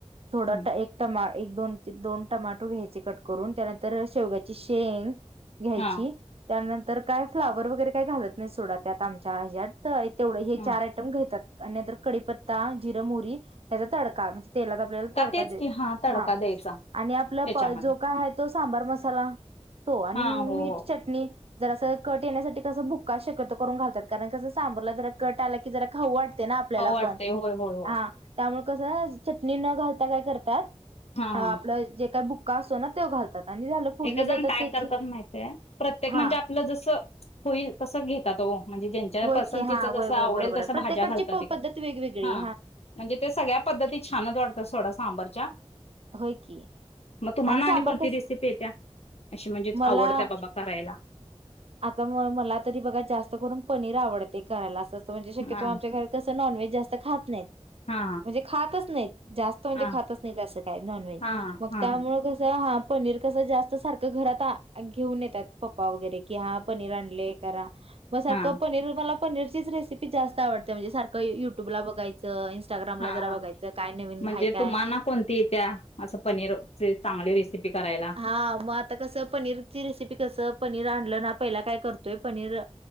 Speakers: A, on the right; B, on the left.
A: थोडा
B: हं.
A: ट एक टमा एक- दोन ते दोन टमाटो घ्यायचे कट करून, त्यानंतर शेवग्याची शेंग घ्यायची-
B: हां,
A: त्यानंतर काय फ्लावर वगैरे काही घालत नाही, सोडा त्यात आमच्या हेच्यात. होय, तेवढं हे
B: हं.
A: चार आयटम घेतात आणि नंतर कडीपत्ता, जिर, मोहरी याचा तडका- तेलात आपल्याला तडका
B: तेच
A: दे.
B: की हां, तडका
A: हा.
B: द्यायचा
A: आणि आपलं
B: त्याच्यामध्ये.
A: जो काय आहे तो सांबर मसाला तो आणि
B: हां,
A: मीठ,
B: हो, हो.
A: चटणी. जरासं कट येण्यासाठी कसं बुक्का शक्यतो करून घालतात, कारण कसं सांबरला जरा कट आला की जरा- खाऊ वाटतय ना आपल्याला
B: खाऊ वाटते.
A: पण,
B: होय, होय, होय.
A: हा त्यामुळे कसं चटणी न घालता काय करतात-
B: हां,
A: आपलं
B: हां.
A: जे काही बुक्का असतो ना, त्यो घालतात आणि झालं. फोडणी
B: एकेकजण
A: देतात
B: काय
A: त्याची
B: करतात माहित्या, प्रत्येकजण
A: हा
B: म्हणजे आपलं जस होईल तसं घेतात हो. म्हणजे ज्यांच्या
A: होय
B: पसंतीच
A: की हा वय
B: जस
A: वय
B: आवडेल
A: बरोबर
B: तस,
A: आहे प्रत्येकाची
B: भाज्या घालतात.
A: प- पद्धत वेगवेगळी
B: हा. म्हणजे ते सगळ्या पद्धती छानच वाटतात, सोडा सांबरच्या.
A: होय की.
B: मग तुम्हाला आणि
A: सांबार
B: कोणती
A: कस
B: रेसिपी येत्या? अशी म्हणजेच,
A: मला
B: आवडत्या बाबा करायला.
A: आता म मला तरी बघा. जास्त करून पनीर आवडतय करायला. असंं म्हणजे, शक्यतो
B: हा
A: आमच्या घरात कसं, नॉनव्हेज जास्त खात नाहीत.
B: हा
A: म्हणजे खातच नाहीत. जास्त म्हणजे,
B: हा
A: खातच नाहीत. असं काय, नॉनव्हेज.
B: हा
A: मग
B: हा
A: मग कसं, हा. पनीर कसं जास्त सारखं घरात घेऊन आ घेऊन येत्यात. पप्पा वगैरे. की हा पनीर आणलय करा. मग सारखं
B: हा
A: पनीर मला, पनीरचीच रेसिपी जास्त आवडत्या. म्हणजे सारखं युट्यूबला बघायचं. इंस्टाग्रामला
B: हा
A: जरा बघायचं. काय नवीन
B: म्हणजे
A: हाय काय
B: तुम्हाला कोणती येत्या. असं पनीर ची चांगली रेसिपी करायला.
A: हा मग आता कसं. पनीरची रेसिपी कसं. पनीर आणलं ना. पहिला काय करतोय, पनीर